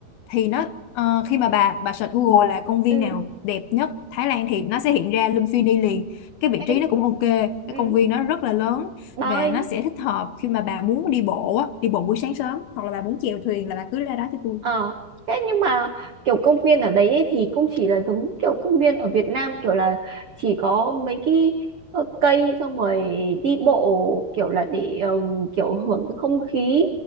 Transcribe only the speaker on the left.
Thì nó ờ, khi mà bà bà search Google là công viên
nào đẹp nhất Thái Lan thì nó sẽ hiện ra Lumpini liền. Cái vị trí
nó cũng ok, cái
công viên nó rất là lớn
và
nó sẽ thích hợp khi mà bà muốn đi bộ á, đi bộ buổi sáng sớm hoặc là bà muốn chèo thuyền là bà cứ ra đó cho tôi.